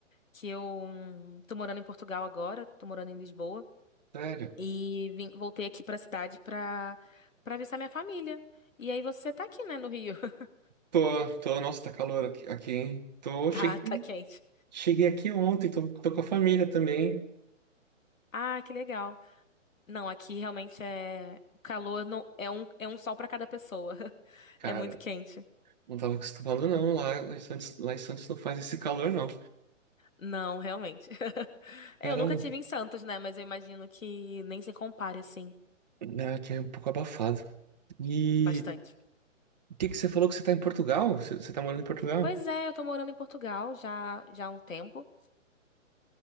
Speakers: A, on the left (about 85°); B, on the right (about 35°).
A: Que eu hum, tô morando em Portugal agora, tô morando em Lisboa.
B: Sério?
A: E vim- voltei aqui pra cidade pra, pra visitar minha família. E aí você tá aqui, né, no Rio. <laughs>
B: Tô, tô, nossa, tá calor aqui, aqui, hein? Tô,
A: Tá,
B: cheguei,
A: tá quente.
B: cheguei aqui ontem, tô, tô com a família também.
A: Ah, que legal. Não, aqui realmente é... O calor não, é um, é um sol pra cada pessoa. <laughs>
B: Cara,
A: É muito quente.
B: não tava acostumado não, lá, lá em Santos, lá em Santos não faz esse calor não.
A: Não, realmente. <laughs> É,
B: Caramba,
A: Eu nunca tive em Santos, né? Mas eu imagino que nem se compare, assim,
B: né, aqui é um pouco abafado. E
A: bastante.
B: o que que você falou que você tá em Portugal? Você, você tá morando em Portugal?
A: Pois é, eu tô morando em Portugal já, já há um tempo.